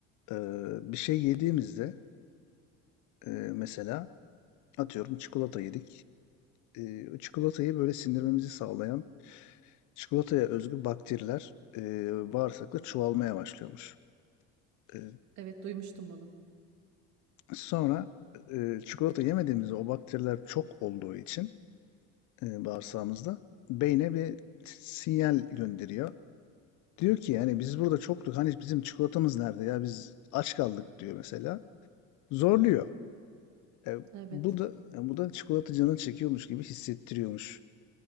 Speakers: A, on the left; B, on the right.
A: E, bir şey yediğimizde e, mesela atıyorum çikolata yedik. E, o çikolatayı böyle sindirmemizi sağlayan Çikolataya özgü bakteriler e, bağırsakta çoğalmaya başlıyormuş. E,
B: Evet duymuştum bunu.
A: sonra e, çikolata yemediğimizde o bakteriler çok olduğu için e, bağırsağımızda beyne bir sinyal gönderiyor. Diyor ki yani biz burada çoktuk hani bizim çikolatamız nerede ya biz aç kaldık diyor mesela. Zorluyor. E,
B: Evet.
A: bu da e, bu da çikolata canını çekiyormuş gibi hissettiriyormuş.